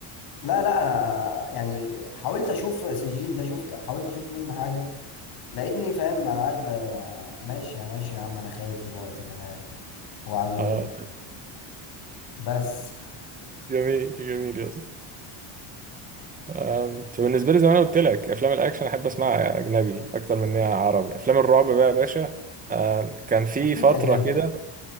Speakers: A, on the left; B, on the right.
A: لا لا أنا يعني حاولت أشوف سجين ده شفت حاولت أشوف منه حاجة لقيتني فاهم أنا قاعد ب- ماشي يا ماشي يا عم أنا خايف دلوقتي تمام وبعدين
B: اه
A: بس
B: جميل جميل يا اسطى انت بالنسبه لي زي ما انا قلت لك افلام الاكشن احب اسمعها اجنبي اكتر من انها عربي افلام الرعب بقى يا باشا آه كان في
A: اكيد
B: فتره
A: اجنبي
B: كده